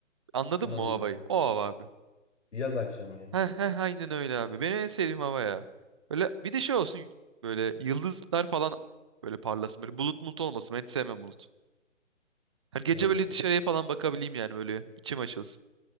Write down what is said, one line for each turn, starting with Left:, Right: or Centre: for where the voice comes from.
Right: Anladın
Left: anladım.
Right: mı o havayı? O hava abi.
Left: Yaz akşamı yani.
Right: Heh heh aynen öyle abi. Benim en sevdiğim hava ya. Böyle bir de şey olsun böyle yıldızlar falan böyle parlasın. Böyle bulut bulut olmasın. Ben hiç sevmem bulut. Hani gece
Left: Ha.
Right: böyle dışarıya falan bakabileyim yani böyle içim açılsın.